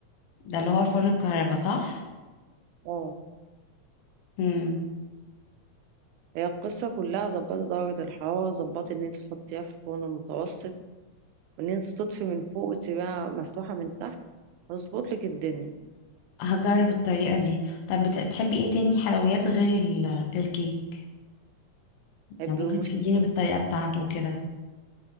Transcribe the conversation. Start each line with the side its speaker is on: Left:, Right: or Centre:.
Left: ده اللي هو الفرن الكهرباء صح؟
Right: اه
Left: مم.
Right: هي القصة كلها ظبطي درجة الحرارة ظبطي ان انت تحطيها في الفرن المتوسط وان انت تطفي من فوق وتسيبها مفتوحة من تحت هظبط لك الدنيا
Left: هجرب الطريقة دي طب بت- بتحبي ايه تاني حلويات غير ال- الكيك
Right: بحب
Left: يعني ممكن
Right: رموش
Left: تفيديني
Right: الست
Left: بالطريقة بتاعته وكده